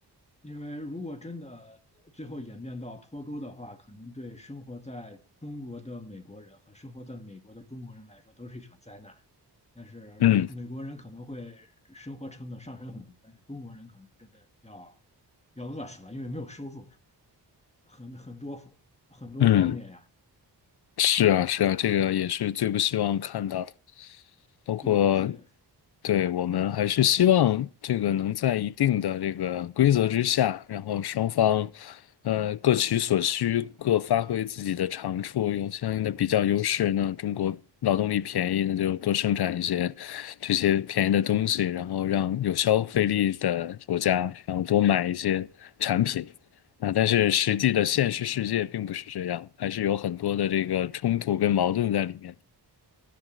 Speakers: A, on the left (about 15°); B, on the left (about 65°).
A: 因为如果真的最后演变到脱钩的话，可能对生活在中国的美国人和生活在美国的中国人来说都是一场灾难。但是美国人可能会生活成本上升很多，
B: 嗯
A: 但是中国人可能真的要要饿死了，因为没有收入，很很多很多方面呀。
B: 嗯，是啊是啊，这个也是最不希望看到的。包括
A: 对，是的。
B: 对我们还是希望这个能在一定的这个规则之下，然后双方呃各取所需，各发挥自己的长处，有相应的比较优势。那中国劳动力便宜，那就多生产一些这些便宜的东西，然后让有消费力的国家，然后多买一些产品。啊，但是实际的现实世界并不是这样，还是有很多的这个冲突跟矛盾在里面。